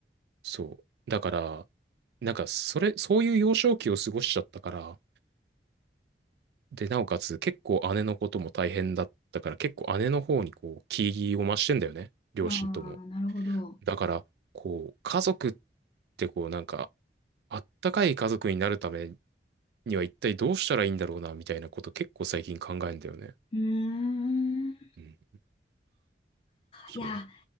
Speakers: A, on the right; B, on the left.
A: そう。だから、なんか、それ、そういう幼少期を過ごしちゃったから、で、なおかつ結構姉のことも大変だったから、結構姉の方にこう、気を増してんだよね。両親とも。
B: ああ、なるほど。う
A: だから、こう、家族ってこう、なんか、あったかい家族になるためには一体どうしたらいいんだろうな、みたいなこと結構最近考えんだよね。
B: ーん。
A: うん。そ
B: いや、